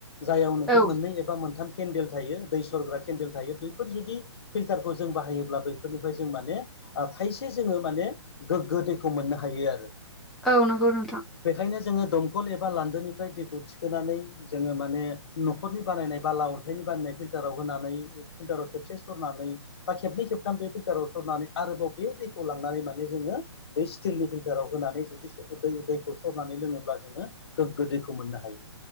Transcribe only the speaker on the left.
जायावनोखि
मोननै एबा मोनथाम केन्देल थायो दै सरग्रा केन्देल थायो बैफोर जुदि फिल्टारखौ जों बाहायोब्ला बैफोरनिफ्राय जों माने ओ खायसे जोङो माने गोग्गो दैखौ मोननो हायो आरो।
बेखायनो जोङो दंखल एबा लान्दोनिफ्राय दैखौ थिखोनानै जोङो माने न'खरनि बानायनाय बाला अन्थाइनि नाय फिलटाराव होन फिल्टाराव खेबसे सरनानै बा खेबनै खेबथाम बे फिल्टाराव सरनानै आरोबाव बे दैखौ लांनानै माने जोङो बै स्टिलनि फिल्टाराव होनानै जुदि सर दै दैखौ सरनानै लोङोब्ला जोङो गोग्गो दैखौ मोननो हायो।